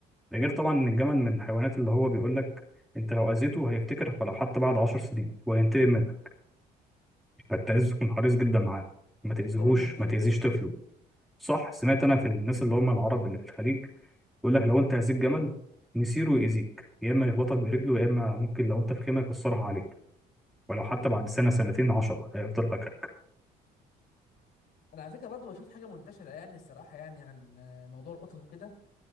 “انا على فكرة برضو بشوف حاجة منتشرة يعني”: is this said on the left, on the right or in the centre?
Left